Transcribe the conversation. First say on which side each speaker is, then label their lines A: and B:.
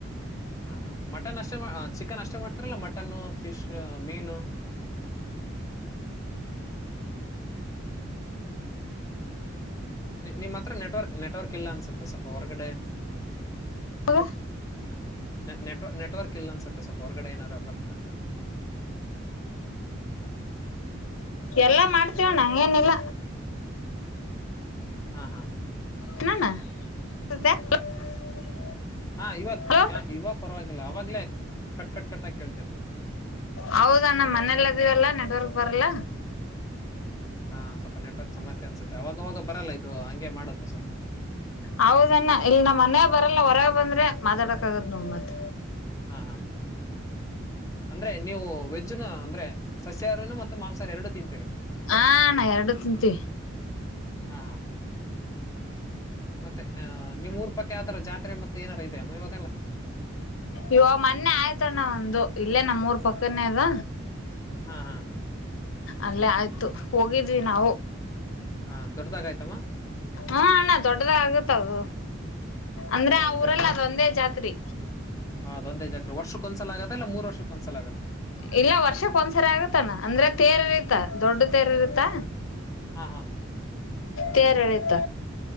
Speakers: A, on the left; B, on the left.
A: ಹಾ ಹಾ ಮಟನ್ ಅಷ್ಟೇ ಚಿಕನ್ ಅಷ್ಟೇ ಮಾಡ್ತಾರಲ್ಲ ಮಟನ್ ಫಿಶ್ ಮೀನು ನಿಮ್ಮ ಹತ್ರ ನೆಟ್ವರ್ಕ್ ನೆಟ್ವರ್ಕ್ ಇಲ್ಲ ಅನ್ಸುತ್ತೆ. ಸ್ವಲ್ಪ ಹೊರಗಡೆ
B: ಹ
A: ನ ನೆಟ್ವ ನೆಟ್ವರ್ಕ್ ಇಲ್ಲ ಅನ್ಸುತ್ತೆ ಸ್ವಪ ಹೊರ್ಗಡೆ ಏನಾರ ಬರ್ತ
B: ಎಲ್ಲಾ ಮಾಡ್ತೇವ ನಂಗ ಏನಿಲ್ಲ.
A: ಹಾ ಹಾ.
B: <unintelligible>
A: ಹಾ ಇವಾಗ
B: ಹಲೋ
A: ಇವಾಗ ಪರವಾಗಿಲ್ಲ ಅವವಾಗ್ಲೇ ಕಟ್ ಕಟ್ ಕಟ್ಟಾಗಿ ಕೇಳ್ತೇತಿ.
B: ಹೌದಣ್ಣ ಮನೇಲ್ಲ ಇದೀವಲ್ಲ ನೆಟ್ವರ್ಕ್ ಬರಲ್ಲ
A: ಹಾ ಸ್ವಲ್ಪ ನೆಟ್ವರ್ಕ್ ಸಮಸ್ಯೆ ಅನ್ಸುತ್ತೆ ಅವಾಗವಾಗ ಬರಲ್ಲ ಇದು ಹಂಗೆ ಮಾಡುತ್ತ ಸ್ವಲ್ಪ
B: ಹೌದಣ ಇಲ್ಲಿ ನಮ್ಮ ಮನೆ ಬರಲ್ಲ ಹೊರಗೆ ಬಂದ್ರೆ ಮಾತಾಡಕ್ ಆದ್ ನೋಡ್ ಮತ್ತ
A: ಹಾ ಹಾ ಅಂದ್ರೆ ನೀವು ವೆಜ್ಜ್ನು ಅಂದ್ರೆ ಸಸ್ಯಾರನು ಮತ್ತೆ ಮಾಂಸಾಹಾರ ಎರಡು ತಿಂತೀರಿ.
B: ಹಣಾ ಎರಡು ತಿಂತೀವಿ.
A: ಹಾ ಮತ್ತೆ ಅಹ ನಿಮ್ಮ್ ಊರ್ಪಕ್ಕ ಯಾರ ಜಾತ್ರೆ ಮತ್ತೆ ಏನಾರೂ ಇದೆಯ ಅಮ್ಮ ಇವಾಗಲ್ಲ.
B: ಇವ ಮೊನ್ನೆ ಆಯ್ತಣ್ಣ ಒಂದು ಇಲ್ಲೇ ನಮ್ಮೂರ್ ಪಕ್ಕನೇ ಅದ.
A: ಹ್ಮ ಹಾ.
B: ಅಲ್ಲೇ ಆಯ್ತು ಹೋಗಿದ್ವಿ ನಾವು
A: ಹಾ ದೊಡ್ಡದಾಗಾಯ್ತಮ್ಮ
B: ಹಾ ಅಣ್ಣ ದೊಡ್ಡದ ಆಗತ್ದು ಅಂದ್ರ
A: ಓ
B: ಆ
A: ಅಂದ್ರೆ
B: ಊರಲ್ಲ ಅದೊಂದೇ ಜಾತಿ ತ್ರೀ
A: ಆ, ಅದೊಂದೇ ಜಾತ್ರೆ ವರ್ಷಕ್ಕ ಒಂದ ಸಲ ಆಗೋದ ಎನ್ ಮೂರುರ್ಷಕ್ಕ ಒಂದ್ಸಲ ಆಗದ.
B: ಇಲ್ಲ ವರ್ಷಕ್ ಒಂದ್ಸರಿ ಆಗತ್ತಾನ ಅಂದ್ರೆ ತೇರ್ಐತ ದೊಡ್ಡ ತೆರ ಇರತ್ತಾ.
A: ಹಾ ಹಾ
B: ತೆರಿಳಿತ